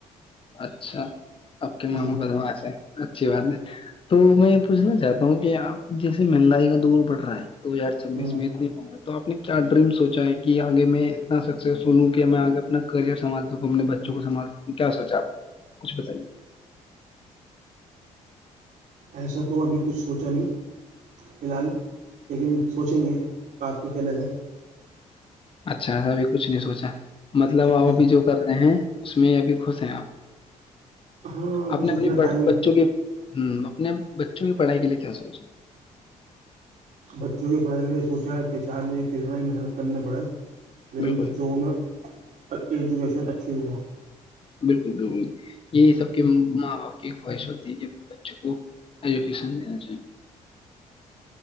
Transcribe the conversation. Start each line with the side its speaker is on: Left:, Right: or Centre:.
Left: اچھا آپ کے ماما
Right: جی
Left: بدمعاش ہیں اچھی بات ہے تو میں پوچھنا چاہتا ہوں کہ آپ جیسے مہنگائی کا دور بڑھ رہا ہے دو ہزار چھبیس
Right: ہوں
Left: میں اتنی تو آپ نے کیا ڈریم سوچا ہے کہ آگے میں اتنا سکسیسفل ہوں کہ میں آگے اپنا کریئر سنبھال سکوں اپنے بچوں کو سنھالوں سکوں کیا سوچ کیا کچھ بتائیے
Right: ایسا تو ابھی کچھ سوچا نہیں فلحال لیکن سوچیں گے آپ کے کہنے سے
Left: اچھا ابھی کچھ نہیں سوچا مطلب اپ
Right: ہوں،
Left: ابھی جو کر پڑھتے ہیں اس میں ابھی خوش ہیں آپ
Right: ہاں
Left: اپنے
Right: بس اتنا
Left: اپنے بڑ
Right: ٹائم ہی
Left: بچوں کے ہ اپنے بچوں کی پڑھائی کے لیے کی سوچا
Right: بچوں کی پڑھائی کے لے سوچا ہے کہ چاہے مجھے کتنا ہی محنت کرنے پڑے لیکن
Left: بالکل
Right: بچوں میں اچھی ایجوکیشن اچھی دوں گا
Left: بالکل بالکل یہی سب کے ماں باپ کی خواہش ہوتی ہے کہ بچوں کو ایجوکیشن دینا چاہیے